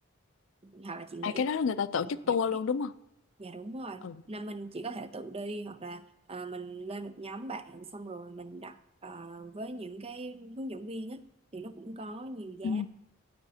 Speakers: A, on the right; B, on the left.
A: hoặc là chị
B: À
A: nghĩ
B: cái đó là người ta tổ
A: chị
B: chức
A: đạp,
B: tour luôn đúng không?
A: dạ đúng rồi
B: Ừ.
A: là mình chỉ có thể tự đi hoặc là à, mình lên một nhóm bạn xong rồi mình đặt à, với những cái hướng dẫn viên á thì nó cũng có nhiều giá
B: Ừ.